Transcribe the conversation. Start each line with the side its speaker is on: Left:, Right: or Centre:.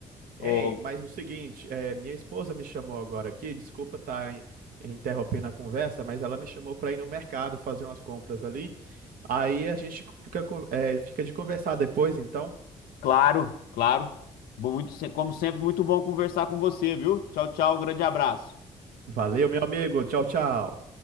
Right: Ei,
Left: Ô,
Right: mas o seguinte, é, minha esposa me chamou agora aqui, desculpa estar interrompendo a conversa, mas ela me chamou para ir no mercado fazer umas compras ali. Aí a gente fica, con- é, fica de conversar depois, então.
Left: claro, claro. Bom, Muito, se- como sempre, muito bom conversar com você, viu? Tchau, tchau, um grande abraço.
Right: Valeu, meu amigo. Tchau, tchau.